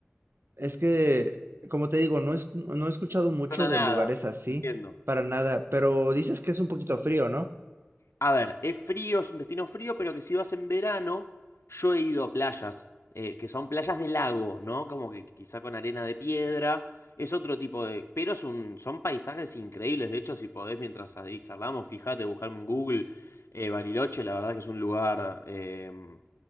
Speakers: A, on the right (about 60°); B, on the left (about 85°).
A: Es que, como te digo, no, es, no he escuchado mucho
B: Suena nada,
A: de lugares así,
B: entiendo.
A: para nada, pero dices que es un poquito frío, ¿no?
B: A ver, es frío, es un destino frío, pero que si vas en verano, yo he ido a playas, eh, que son playas de lago, ¿no? Como que quizá con arena de piedra, es otro tipo de... Pero es un, son paisajes increíbles, de hecho, si podés, mientras ahí charlamos, fíjate, buscar en Google, eh, Bariloche, la verdad que es un lugar... em,